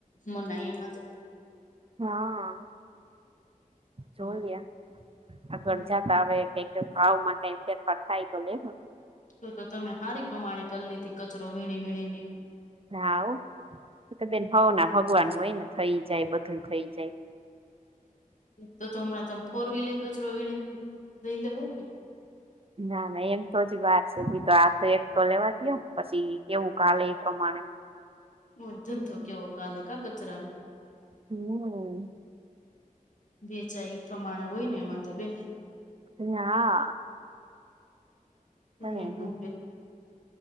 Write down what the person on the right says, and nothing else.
હા
જોઈએ આગળ
જતા હ કઈક ભાવ માં કઈક ફેરફાર થાય તો લેવો-'
રા આવ તો બેન હોાવ ના ભગવાન હોય ને થઈ જાય બધું થઈ જાય.
ના ના એમ તો જ વાર છે ભી તો આ તો એક તો લેવા દયો પછી કેવું કાલે એ પ્રમાણે
હમ
અ ના
કઈ